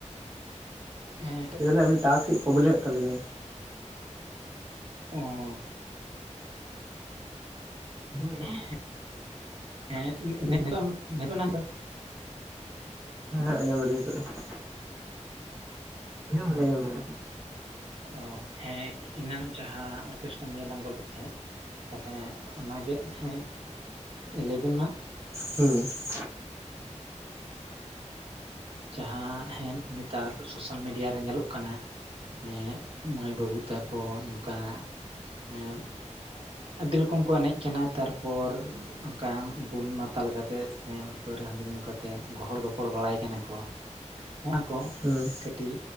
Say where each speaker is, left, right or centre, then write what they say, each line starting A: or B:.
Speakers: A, on the right; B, on the right.
A: ᱦᱮᱸ
B: ᱞᱟᱹᱭ ᱫᱟᱹᱞᱤᱧ ᱴᱟᱶᱠᱤ ᱯᱚᱵᱮᱞᱮᱢ ᱮᱫ ᱛᱟᱵᱤᱱᱟ ᱾
A: ᱚᱸ
B: ᱦᱮᱸ
A: <unintelligible> ᱦᱮᱸ <unintelligible> ᱱᱤᱛᱚᱜ <unintelligible> ᱮᱫᱟ
B: ᱦᱮᱸ ᱟᱸᱡᱚᱢ ᱫᱟᱞᱤᱧ ᱱᱤᱛᱚᱜ ᱫᱚ ᱾ ᱟᱸᱡᱚᱢ ᱫᱟᱞᱤᱧ ᱾
A: ᱚᱸ ᱦᱮᱸ ᱮᱱᱟᱱᱚᱜ ᱡᱟᱦᱟᱸ ᱚᱨᱠᱮᱥᱴᱟᱨ ᱱᱤᱭᱮ ᱞᱟᱝ ᱜᱚᱞᱯᱚᱭᱮᱫ ᱛᱟᱦᱮᱸᱫ ᱛᱟᱦᱚᱞᱮ ᱚᱱᱟᱜᱮ ᱦᱮᱸ ᱞᱟᱹᱭ ᱵᱤᱱ ᱢᱟ ᱾
B: <inaudible> ᱦᱩᱸ ᱾
A: ᱡᱟᱦᱟᱸ ᱦᱮᱸ ᱱᱮᱛᱟᱨ ᱥᱳᱥᱟᱞ ᱢᱤᱰᱤᱭᱟ ᱨᱮ ᱧᱮᱞᱚᱜ ᱠᱟᱱᱟ ᱾ ᱮᱸᱜ ᱢᱟᱹᱭ ᱵᱟᱹᱵᱩ ᱛᱟᱠᱚ ᱱᱚᱝᱠᱟ ᱮᱸ ᱟᱹᱰᱤ ᱨᱚᱠᱚᱢ ᱠᱟᱛᱮ ᱠᱚ ᱮᱱᱮᱡ ᱠᱟᱱᱟ, ᱛᱟᱨᱯᱚᱨ ᱚᱱᱠᱟ ᱵᱩᱞ ᱢᱟᱛᱟᱞ ᱠᱟᱛᱮ ᱥᱮᱸ ᱯᱟᱹᱶᱨᱟᱹ ᱦᱟᱺᱰᱤ ᱧᱩ ᱠᱟᱛᱮᱫ ᱜᱚᱦᱚᱲ ᱜᱚᱯᱚᱲ ᱵᱟᱲᱟᱭ ᱠᱟᱱᱟ ᱠᱚ ᱦᱚᱜ-ᱚᱣ ᱠᱚ
B: ᱦᱩᱸ
A: ᱠᱟᱹᱴᱤᱡ